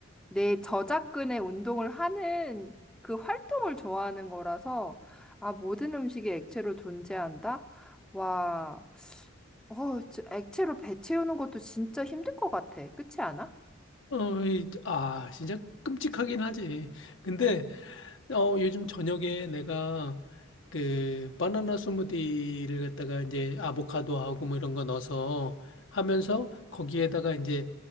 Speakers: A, in the centre; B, on the left (about 70°).
A: 내 저작근의 운동을 하는 그 활동을 좋아하는 거라서, 아, 모든 음식이 액체로 존재한다? 와, 어, 저 액체로 배 채우는 것도 진짜 힘들 것 같아. 그렇지 않아?
B: 어, 이- 아, 진짜 끔찍하긴 하지. 근데, 어, 요즘 저녁에 내가 그 바나나 스무디를 갖다가 이제 아보카도하고 뭐 이런 거 넣어서 하면서 거기에다가 이제